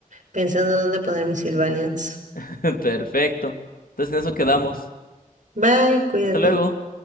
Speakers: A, on the right; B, on the left.
A: pensando dónde poner mis Sylvanians.
B: <laughs> perfecto. Entonces en eso quedamos.
A: Bye, cuídate.
B: Hasta luego.